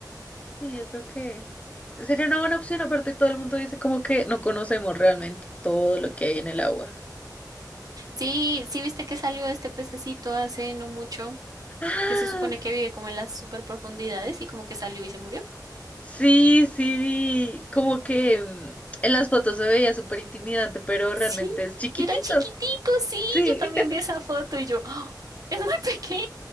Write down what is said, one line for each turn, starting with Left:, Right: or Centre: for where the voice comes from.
Left: Sí, yo creo que sería una buena opción. Aparte, todo el mundo dice como que no conocemos realmente todo lo que hay en el agua.
Right: Sí, sí, viste que salió este pececito hace no mucho,
Left: ¡Ah!
Right: que se supone que vive como en las súper profundidades y como que salió y se murió.
Left: Sí, sí, vi, como que mm, en las fotos se veía súper intimidante, pero
Right: Sí,
Left: realmente es chiquitito.
Right: era chiquitico, sí,
Left: Sí,
Right: yo también vi esa foto y yo, ¡ah! es muy pequeño.